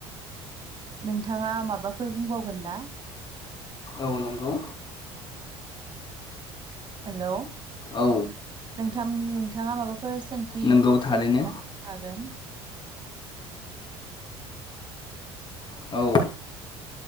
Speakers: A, on the right (about 35°); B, on the left (about 35°).
A: नोंथाङा माबाफोर बुंबावगोन ना?
B: औ नंगौ।
A: हेलौ।
B: औ।
A: नोंथांनि नोंथाङा माबाफोर सोंथि
B: नंगौ थारैनो
A: सोंनो हागोन।
B: औ।